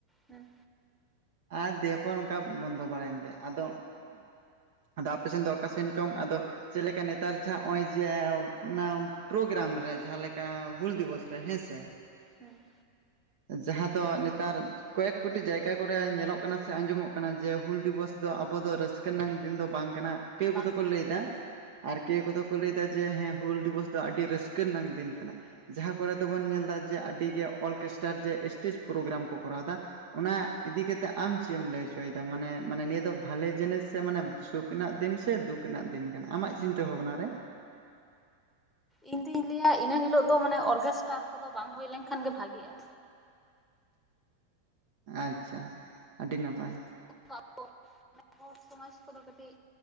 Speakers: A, in the centre; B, on the right (about 50°).
A: ᱦᱩᱸ᱾
B: ᱟᱨ ᱫᱤᱭᱮ ᱯᱚᱨ ᱚᱱᱠᱟ ᱵᱚᱱᱫᱚ ᱵᱟᱲᱟᱭᱮᱱ ᱜᱮ ᱟᱫᱚ᱾ ᱟᱫᱚ ᱟᱯᱮ ᱥᱮᱱ ᱫᱚ ᱚᱠᱟ ᱥᱮᱱ ᱪᱚᱝ ᱟᱫᱚ? ᱪᱮᱫ ᱞᱮᱠᱟ ᱱᱮᱛᱟᱨ ᱡᱟᱦᱟᱸ ᱦᱚᱸᱜ-ᱚᱭ ᱡᱮ ᱢᱟᱱᱮ ᱯᱨᱳᱜᱨᱟᱢ ᱨᱮ ᱡᱟᱦᱟᱸ ᱞᱮᱠ ᱠᱟ ᱦᱩᱞ ᱫᱤᱵᱚᱥ ᱨᱮ ᱦᱮᱸ ᱥᱮ᱾
A: ᱦᱮᱸ᱾
B: ᱡᱟᱦᱟᱸ ᱫᱚ ᱱᱮᱛᱟᱨ ᱠᱚᱭᱮᱠ ᱠᱳᱴᱤ ᱡᱟᱭᱜᱟ ᱠᱚᱨᱮ ᱧᱮᱞᱚᱜ ᱠᱟᱱᱟ ᱥᱮ ᱟᱸᱡᱚᱢᱚᱜ ᱠᱟᱱᱟ ᱡᱮ ᱦᱩᱞ ᱫᱤᱵᱚᱥ ᱫᱚ ᱟᱵᱚ ᱫᱚ ᱨᱟᱹᱥ ᱠᱟᱹ ᱱᱟᱝ ᱫᱤᱱ ᱫᱚ ᱵᱟᱝ ᱠᱟᱱᱟ᱾ ᱠᱮᱣ
A: ᱵᱟᱝ
B: ᱠᱚᱫᱚ ᱠᱚ
A: ᱠᱟᱱᱟ
B: ᱞᱟᱹᱭ ᱫᱟ
A: ᱦᱮᱸ
B: ᱟᱨ ᱠᱮᱣ ᱠᱚ ᱫᱚ ᱠᱚ ᱞᱟᱹᱭ ᱮᱫᱟ ᱡᱮ ᱦᱮᱸ ᱦᱩᱞ ᱫᱤᱵᱚᱥ ᱫᱚ ᱟᱹᱰᱤ ᱨᱟᱹᱥᱠᱟᱹ ᱨᱮᱱᱟᱝ ᱫᱤᱱ ᱠᱟᱱᱟ ᱡᱟᱦᱟᱸ ᱠᱚᱨᱮ ᱫᱚ ᱵᱚᱱ ᱧᱮᱞᱫᱟ ᱡᱮ ᱟᱹᱰᱤ ᱜᱮ ᱚᱨᱠᱮᱥᱴᱟᱨ ᱡᱮ ᱮᱥᱴᱮᱡᱽ ᱯᱨᱳᱜᱨᱟᱢ ᱠᱚ ᱠᱚᱨᱟᱣᱮᱫᱟ᱾ ᱚᱱᱟ ᱤᱫᱤ ᱠᱟᱛᱮᱜ ᱟᱢ ᱪᱮᱫ ᱮᱢ ᱞᱟᱹᱭ ᱦᱚᱪᱚᱭ ᱫᱟ ᱢᱟᱱᱮ ᱢᱟᱱᱮ ᱱᱤᱭᱟᱹ ᱫᱚ ᱵᱷᱟᱞᱮ ᱡᱤᱱᱤᱥ ᱥᱮ ᱢᱟᱱᱮ ᱥᱩ ᱨᱮᱱᱟᱜ ᱫᱤᱱ ᱥᱮ ᱫᱩᱠ ᱨᱮᱱᱟᱜ ᱫᱤᱱ ᱠᱟᱱᱟ ᱟᱢᱟᱜ ᱪᱤᱱᱛᱟᱹ ᱵᱷᱟᱵᱱᱟ ᱨᱮ?
A: ᱤᱧ ᱫᱩᱧ ᱞᱟᱹᱭᱟ ᱤᱱᱟᱹ ᱦᱤᱞᱳᱜ ᱫᱚ ᱢᱟᱱᱮ ᱚᱨᱜᱮᱥᱴᱟᱨ ᱠᱚ ᱫᱚ ᱵᱟᱝ ᱦᱩᱭ ᱞᱮᱱᱠᱷᱟᱱ ᱜᱮ ᱵᱷᱟᱜᱮᱜ-ᱟ᱾
B: ᱟᱪᱪᱷᱟ ᱟᱹᱰᱤ ᱱᱟᱯᱟᱭ᱾
A: <unintelligible> ᱦᱚᱲ ᱥᱚᱢᱟᱡᱽ ᱠᱚᱫᱚ ᱠᱟᱹᱴᱤᱡ